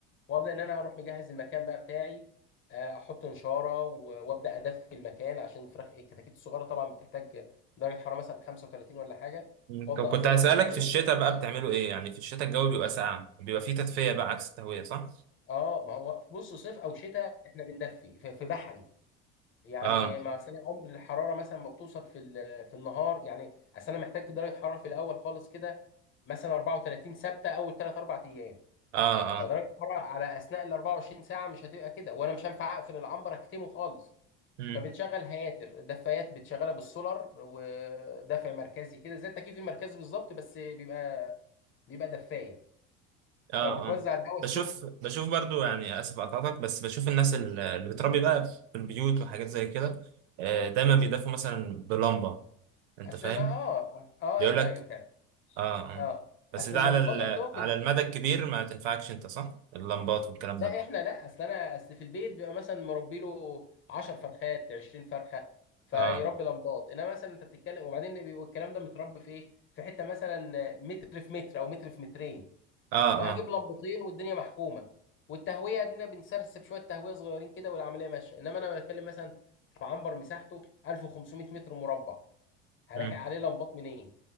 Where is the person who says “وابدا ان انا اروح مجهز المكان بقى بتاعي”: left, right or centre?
Left